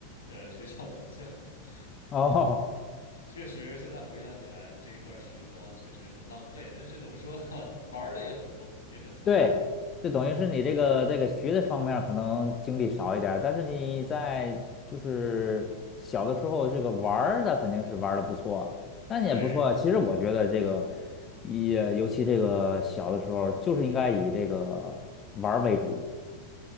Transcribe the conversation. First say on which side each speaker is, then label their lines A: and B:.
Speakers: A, on the left; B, on the left.
A: 呃学校补觉。<laughs>
B: 哦。
A: 确实，现在回想起来，这一段时光确实很浪费，但是怎么说呢，<laughs> 玩儿的也很多，也很充实吧。
B: 对，就等于是你这个这个学的方面儿可能精力少一点儿但是你在就是小的时候这个玩儿的肯定是玩的不错，那你也不错啊。
A: 对。
B: 其实我觉得这个也尤其这个小的时候就是应该以这个玩儿为主。